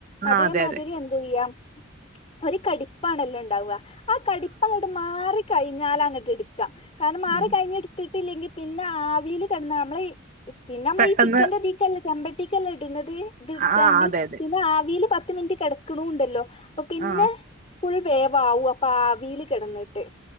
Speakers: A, on the left; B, on the right.
A: അതേമാതിരി
B: ആ അതെ അതെ.
A: എന്ത ചെയ്യാ ഒരു കടിപ്പാണല്ലോ ഉണ്ടാവ ആ കടിപ്പ് അങ്ങോട്ട് മാറി കഴിഞ്ഞാല അങ്ങോട്ട് എടുക്കാം. കാരണം മാറി
B: ഉം.
A: കഴിഞ്ഞ എടുത്തിട്ടില്ലെങ്കിൽ പിന്നെ ആവിൽ കെട്ന്ന നമ്മളെ പിന്നെ നമ്മള
B: പെട്ടെന്ന്
A: ഈ ചിക്കന്റെ ല്ല ചെമ്പട്ടിക്കല്ലാം ഇടുന്നത് ഇത്െടുത്താണ്ട്
B: ആ അതെ അതെ
A: പിന്നെ ആവിൽ പത്ത് മിനിറ്റ് കിടക്കണുണ്ടല്ലോ. അപ്പൊ പിന്നെ
B: ആ
A: കുഴ വേവവും അപ്പൊ ആവിൽ കിടന്നിട്ട്.